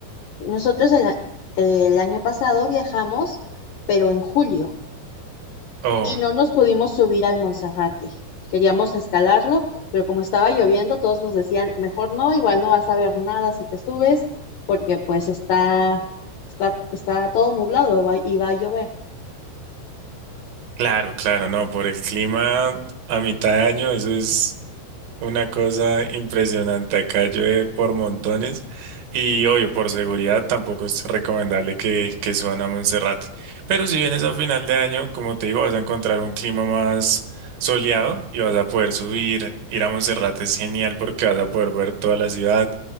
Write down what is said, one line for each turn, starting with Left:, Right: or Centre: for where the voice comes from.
Left: Nosotros el, a- el año pasado viajamos, pero en julio.
Right: Oh,
Left: y no nos pudimos subir al Monserrate. Queríamos escalarlo, pero como estaba lloviendo, todos nos decían, mejor no, igual no vas a ver nada si te subes, porque pues está, está, está todo nublado va- y va a llover.
Right: claro, claro, no, por el clima a mitad de año, eso es Una cosa impresionante, acá llueve por montones y obvio, por seguridad tampoco es recomendable que, que suban a Monserrate. Pero si vienes a final de año, como te digo, vas a encontrar un clima más soleado y vas a poder subir, ir a Monserrate es genial porque vas a poder ver toda la ciudad